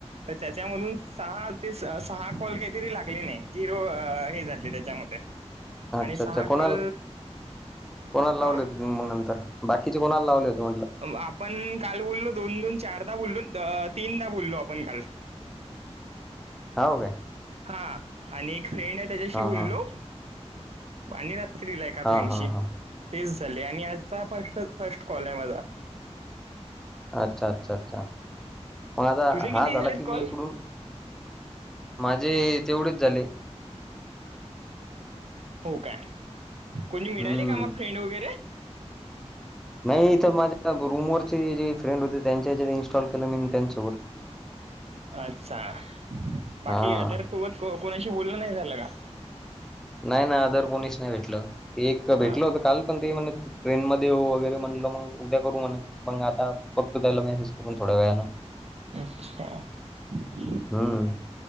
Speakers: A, on the right; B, in the centre.
A: तर त्याच्यामधून सहा ते सहा कॉल काहीतरी लागले नाही झिरो हे झाले त्याच्यामध्ये.
B: अच्छा
A: आणि सहा
B: अच्छा कोणाला
A: कॉल
B: कोणाला लावले
A: हं
B: होते मग नंतर बाकीचे कोणाला लावले होते म्हटलं?
A: आपण काल बोललो दोन दोन चारदा बोललो तीनदा बोललो आपण काल.
B: हाव काय.
A: हा आणि एक फ्रेंड आहे त्याच्याशी
B: हा
A: बोललो.
B: हा
A: आणि रात्रीला एका
B: हा
A: फ्रेंडशी.
B: हा हा
A: तेच झाले आणि आजचा फष्ट फष्ट कॉल आहे माझा.
B: अच्छा अच्छा अच्छा मग आता
A: तुझे किती
B: हा
A: झालेत
B: झाला की
A: कॉल
B: मी इकडून माझे तेवढेच झाले.
A: हो काय कोणी मिळाली
B: हम्म
A: का मग फ्रेंड वगैरे?
B: नाही इथ माझ्या रूमवरचे जे फ्रेंड होते त्यांच्या इन्स्टॉल केलं मी त्यांच्या
A: अच्छा बाकी
B: हा
A: अदर <unintelligible> कोणाशी बोलण नाही झालं का.
B: नाही ना आदर कोणीच नाही भेटलं एक भेटल
A: हा
B: होत काल. पण ते म्हण ट्रेन मध्ये वगैरे म्हटलं मग उद्या करू म्हणे मग आता बकतो त्याला मेसेज. कर थोड्या वेळला
A: <unintelligible>
B: हम्म